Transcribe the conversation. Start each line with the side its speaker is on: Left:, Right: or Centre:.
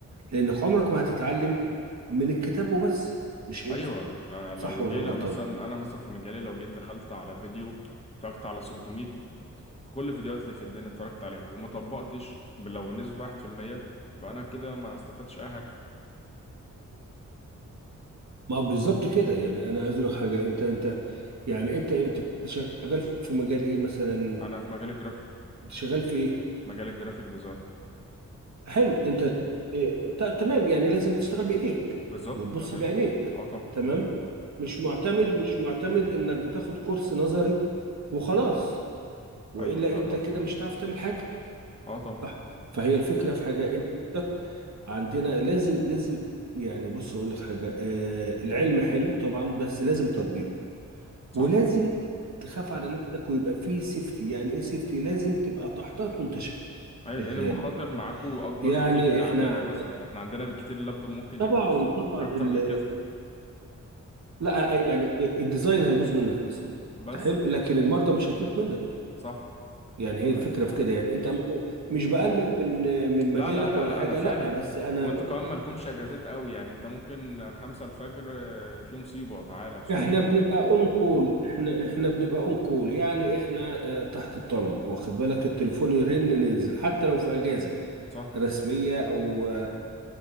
Right: لانك عمرك ما هتتعلم من الكتاب وبس مش هينفع
Left: ايوه آه، لو
Right: صح ولا
Left: جينا
Right: أنا غلطان
Left: مثلا انا مثلا في مجالي لو جيت دخلت على فيديو اتفرجت على 600 كل الفيديوهات اللي في الدنيا اتفرجت عليها وما طبقتش لو بنسبة واحد في المية يبقى أنا كده ما استفدتش أي حاجة
Right: ما بالظبط كده يعني انا عايز اقول لك حاجه انت انت يعني انت انت شغال في مجال ايه مثلا
Left: أنا في مجال الجرافيك
Right: انت شغال في ايه
Left: مجال الجرافيك ديزاين
Right: حلو انت إيه؟ ت- تمام يعني لازم تشتغل بايديك
Left: بالظبط
Right: وتبص
Left: ده حقيقي
Right: بعينيك
Left: اه طبعا
Right: تمام مش معتمد مش معتمد انك بتاخد كورس نظري وخلاص والا
Left: أيوة فاهم
Right: انت
Left: قصدك
Right: كده مش هتعرف تعمل حاجه
Left: اه طبعا
Right: صح فهي الفكره في حاجه انت عندك عندنا لازم لازم يعني بص اقول لك حاجه آه العلم حلو طبعا بس لازم تطبيق
Left: صح
Right: ولازم تخاف على نفسك ويبقى فيه سيفتي يعني ايه سيفتي لازم تبقى تحتاط وانت
Left: أيوة
Right: شغال
Left: لأن المخاطر معاكو أكبر
Right: يعني
Left: بكتير من عننا
Right: احنا عن-
Left: مثلا احنا عندنا بكتير اللابتوب ممكن
Right: طبعا
Left: يبوظ
Right: طبعا
Left: مش أكتر
Right: ال...
Left: من كده
Right: لا يعني الديزاين هيبوظ منك مثلا
Left: بس
Right: حلو لكن المرضى مش هتموت منك
Left: صح
Right: يعني هي الفكره
Left: انتوا
Right: في كده يعني انت مش بقلل من من
Left: لا
Right: مجالك
Left: لا لا
Right: ولا
Left: لا
Right: حاجه
Left: أنا فاهم
Right: لا بس انا
Left: وانتوا كمان مالكمش اجازات قوي يعني انت ممكن خمسة الفجر آه، في مصيبة تعالى بسرعة
Right: احنا بنبقى اون كول احنا احنا بنبقى اون كول يعني احنا آه، تحت الطلب واخد بالك التليفون يرن ننزل حتى لو في اجازه
Left: صح
Right: رسمية أو آه،